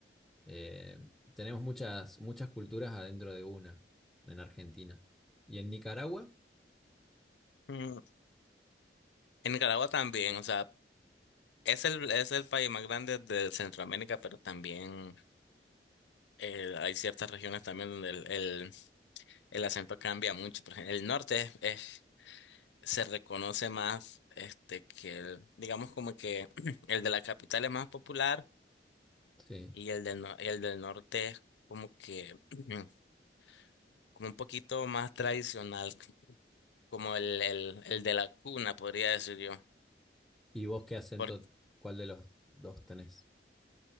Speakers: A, in the centre; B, on the left (about 80°).
A: Eh, tenemos muchas, muchas culturas adentro de una en Argentina. ¿Y en Nicaragua?
B: Mm. En Nicaragua también, o sea, es el, es el país más grande de Centroamérica, pero también eh, hay ciertas regiones también donde el, el, el acento cambia mucho. Por ejemplo, el norte es, es- se reconoce más este, que el, digamos como que <clears throat> el de la capital es más popular
A: Sí.
B: y el del, no- el del norte es como que <clears throat> como un poquito más tradicional. como el, el, el de la cuna, podría decir yo.
A: ¿Y vos qué acento,
B: Porque
A: cuál de los dos tenés?